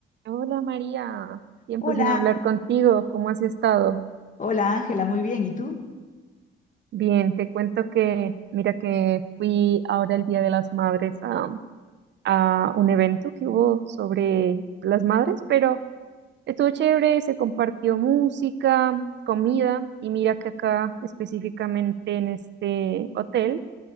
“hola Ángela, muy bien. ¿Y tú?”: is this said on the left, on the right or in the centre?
Left